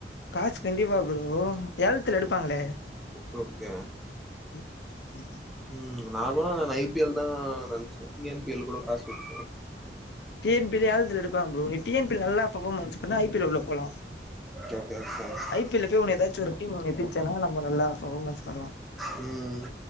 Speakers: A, on the left; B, in the centre.
A: காசு கண்டிப்பா ப்ரோ எலத்துல எடுப்பாங்க
B: ஓகே ஓகே
A: ம் ம் ம்
B: ம் நார்மலா நா ஐ பி எல் தா நனைச்சே டி என் பி எல் கூட காசு <inaudible>
A: டி என் பி எல் ஏலத்து எடுப்பாங்க ப்ரோ நீ டி என் பி ல்ல நல்லா பர்ஃபார்மன்ஸ் பண்ண ஐ பி எல் ல உள்ள போலா
B: <inaudible>
A: ஐ பி எல் போய் ஒன்ன ஏதாச்ச ஒரு டீம் எதிச்சன்னா நம்ப நல்லா ஃபமான்ஸ் பண்ணலா
B: ம்